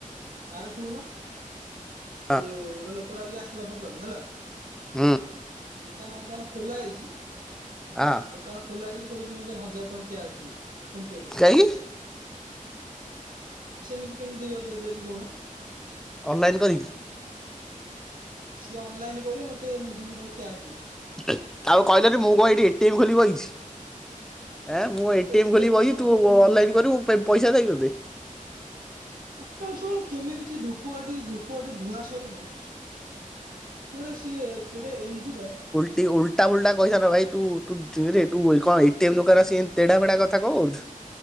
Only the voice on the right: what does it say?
ଆରେ ଶୁଣୁନ ଯୋଉ
ଗୋଟେ ଲୋକଟା ଅବିକା ଆସିଥିଲା ସକାଳୁ ହେଲା।
ଦୋକାନ ବର୍ତମାନ ଖୋଲା ହେଇଛି।
ଦୋକାନ ଖୋଲା ହେଇଛି କହୁଛି ମୋତେ ହଜାର ଟଙ୍କା କ୍ୟାସ୍ ଦିଅ ଫୋନ ପେ କରୁଛି।
ସେମିତି କେମିତି ଦିଅ ଦେ ଦେବି କହୁନ।
ସିଏ ଅନଲାଇନ କରିବ ମତେ ମୁଁ ସି ମୁଁ ତାକୁ କ୍ୟାସ୍ ଦେବି।
ଏଟିଏମ
ନୁହଁ
ମୁଁ ତ ମୁଁ
ସକାଳୁ ସକାଳୁ କେମିତି କିଏ ଧୂପକାଠି ଧୂପକାଠି ଧୂଆଁ ସରିନେଇ। କେବେ ସିଏ କେଡ଼େ ଏମ ଯି ଟା।